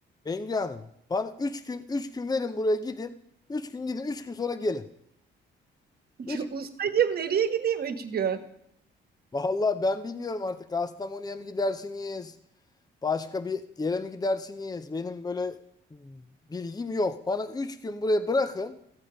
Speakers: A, on the left; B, on the right.
A: Bengü Hanım. Bana 3 gün 3 gün verin buraya gidin. üç gün gidin 3 gün sonra gelin.
B: <laughs>
A: 3.
B: Ustacığım nereye gideyim üç gün?
A: Vallahi ben bilmiyorum artık Kastamonu'ya mı gidersiniz? Başka bir yere mi gidersiniz? Benim böyle bilgim yok. Bana 3 gün buraya bırakın.